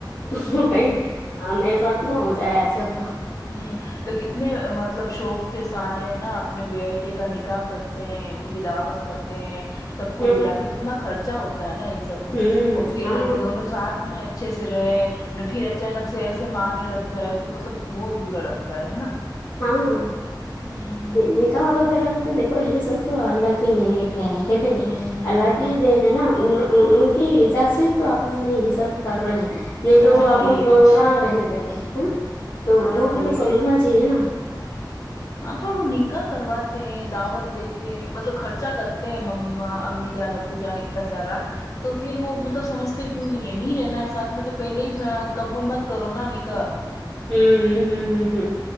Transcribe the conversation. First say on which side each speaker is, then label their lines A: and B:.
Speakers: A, on the left; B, on the left.
A: کہیں
B: ہوں
A: میرے ساتھ نہ ہو جائے آج کل تو
B: ہمم تو کتنے مطلب شوق سے سارے ہیں نا اپنے بیٹے کا نکاح کرتے ہیں ان کی دعوت کرتے ہیں سب کو
A: ہوں
B: بلاتے کتنا خرچہ ہوتا ہوتا ہے نا ان سب میں
A: ہوں
B: اور پھر
A: ہاں
B: وہ دونوں ساتھ میں اچھے سے رہیں نہ پھر اچانک سے ایسے مارنے لگ جائے تو مطلب بہت برا لگتا ہے ہے نا
A: ہاں
B: ہوں
A: نکاح وغیرہ میں تو دیکھو یے سب تو اللہ کے لیے لیکن
B: ہوں ہوں
A: اللہ
B: ہوں
A: کی ہی دین ہے نا ان ان کی اجازت تو اپن نہیں یہ سب کر رہے ہیں نہیں
B: ہاں
A: تو وہ
B: صحیح
A: اپن
B: ہے
A: کو کہاں رہنے دیتے تو
B: ہاں
A: وہ بھی
B: وہی
A: تو سمجھنا چاہیے نا
B: پر وہ نکاح کرواتے ہیں دعوت دیتے ہیں مطلب خرچہ کرتے ہیں ماما امی جان ابو جان اتنا سارا تو پھر وہ مطلب سمجھتے کیوں نہیں ہے نہیں رہنا ہے ساتھ میں تو پہلے ہی قبول مت کرو نا نکاح
A: ہوں ہوں ہوں ہوں